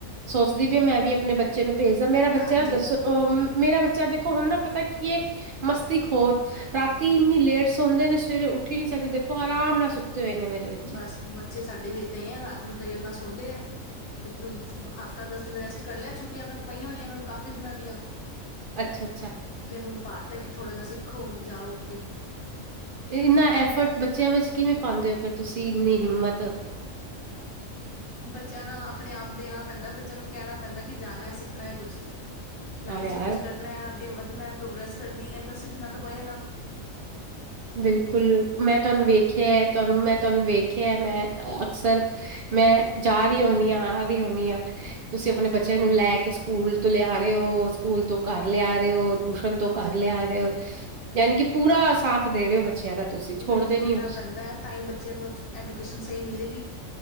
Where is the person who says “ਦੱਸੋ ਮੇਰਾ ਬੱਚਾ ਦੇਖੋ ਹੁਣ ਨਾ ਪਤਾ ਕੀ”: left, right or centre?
Right